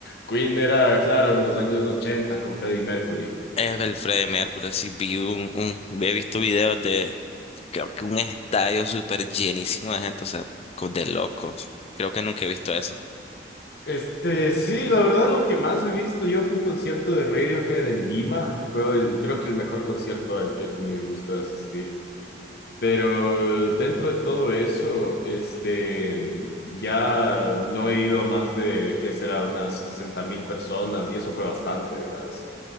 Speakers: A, on the left; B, on the left.
A: Queen era, claro, en los años 80 con Freddie Mercury.
B: Es el Freddie Mercury, sí, vi un, un- he visto videos de, creo que un estadio súper llenísimo de gente, o sea, co- de locos. Creo que nunca he visto eso.
A: Este, sí, la verdad lo que más he visto yo fue un concierto de Radiohead en Lima. Fue el, creo que el mejor concierto al que he tenido el gusto de asistir. Pero dentro de todo eso, este, ya no he ido a más de, ¿qué será? Unas sesenta mil personas y eso fue bastante, verás.